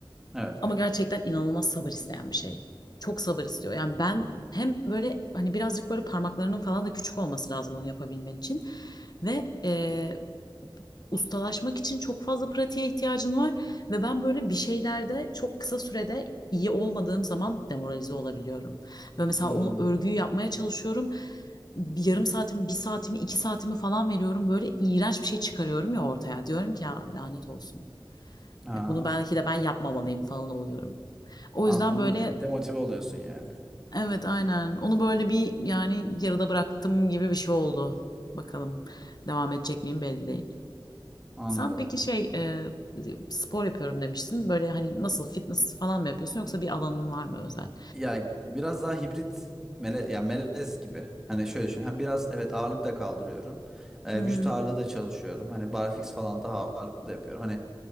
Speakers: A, in the centre; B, on the left.
A: Evet.
B: Ama gerçekten inanılmaz sabır isteyen bir şey. Çok sabır istiyor. Yani ben hem böyle hani birazcık böyle parmaklarının falan da küçük olması lazım onu yapabilmen için. Ve e, ustalaşmak için çok fazla pratiğe ihtiyacın var. Ve ben böyle bir şeylerde çok kısa sürede iyi olmadığım zaman demoralize olabiliyorum. Ve mesela
A: Hmm.
B: onu örgüyü yapmaya çalışıyorum. Bir Yarım saatimi, bir saatimi, iki saatimi falan veriyorum. Böyle iğrenç bir şey çıkarıyorum ya ortaya. Diyorum ki ya lanet olsun.
A: Ha.
B: Ya Bunu belki de ben yapmamalıyım falan oluyorum. O
A: Anladım.
B: yüzden böyle
A: Yani Demotive oluyorsun yani.
B: evet aynen onu böyle bir yani yarıda bıraktım gibi bir şey oldu. Bakalım devam edecek miyim belli değil.
A: Anladım.
B: Sen peki şey e, spor yapıyorum demiştin. Böyle hani nasıl fitness falan mı yapıyorsun yoksa bir alanın var mı özel?
A: Ya biraz daha hibrit mele, ya melez gibi. Hani şöyle düşün. Hani biraz evet ağırlık da kaldırıyorum. Ee,
B: Hı hı.
A: vücut ağırlığı da çalışıyorum. Hani barfix falan daha ağırlıklı da yapıyorum. Hani